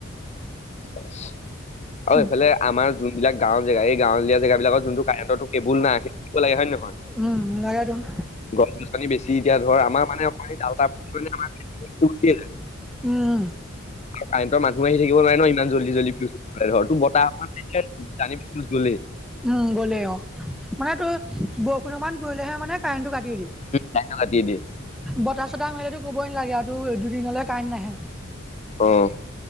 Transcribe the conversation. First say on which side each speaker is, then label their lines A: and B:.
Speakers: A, on the left; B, in the centre.
A: আৰু
B: উম
A: এইফালে আমাৰ যোনবিলাক গাঁওৰ জেগা এই গাঁৱলীয়া জেগ বিলাকৰ যোনটো- কাৰেণণ্টটো কেবুল নাই <inaudible> লাগে হয় নে নহয়-
B: উম লাগে তুন-
A: গছ গছনি বেছি এতিয়া ধৰ আমাৰ মানে <unintelligible>
B: উম
A: আৰু কাৰেণ্টৰ মানুহো আহি থাকিব নোৱাৰে ন ইমান জলদি জলদি ঘৰো বতাহক গলেই
B: উম গ'লেই অ মানে তোৰ বৰষুণৰ মান পৰিলেহে মানে কাৰেণ্টো কাটি‌ দিয়ে
A: লাইনটো কাটিয়ে দিয়ে
B: বতাহ চতাহ মাৰি কবই নালাগে আৰু দুদিনলৈ কাৰেণ্টে নাহে।
A: অঁ